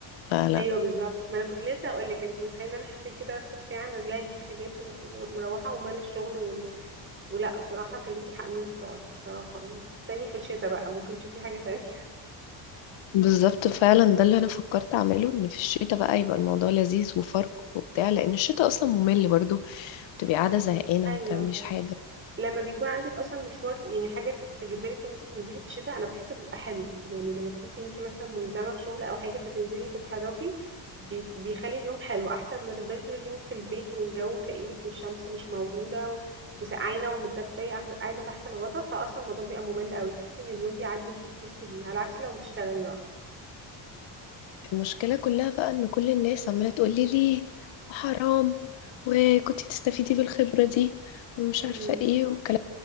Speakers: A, on the left; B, on the right.
A: لا لا
B: ايوه بالظبط ما انا كنت لسه هقول لك انت متخيله ان انا حسيت كده بس في ساعه نازله اجيب حاجات و- ومروحه ومال الشغل وال... ولا بصراحه كان ليكي حق ان انت تقعدي بصراحه يعني استني في الشتاء بقى ممكن تشوفي حاجه تانية
A: بالظبط فعلا ده اللي انا فكرت اعمله ان في الشتاء بقى يبقى الموضوع لذيذ وفرق وبتاع لان الشتاء اصلا ممل برضو بتبقي قاعده زهقانه
B: <laughs> ايوه
A: ما بتعمليش حاجه
B: لما بيكون عندك اصلا مشوار يعني حاجه تجبرك ان انت تنزلي في الشتاء انا بحس بيبقى حلو يعني لما تحسي ان انت مثلا ملزمه بشغل او حاجه فتنزلي وتتحركي بي- بيخلي اليوم حلو احسن ما تفضلي طول اليوم في البيت والجو كئيب والشمس مش موجوده و... وسقعانه ومتدفيه قاعده قاعدة تحت الغطا فاصلا الموضوع بيبقى ممل قوي تحسي ان اليوم بيعدي مش بتحسي بيه على عكس لو بتشتغلي بقى
A: المشكلة كلها بقى إن كل الناس عمالة تقولي ليه وحرام وكنتي تستفيدي بالخبرة دي ومش عارفة
B: امم
A: ايه والكلام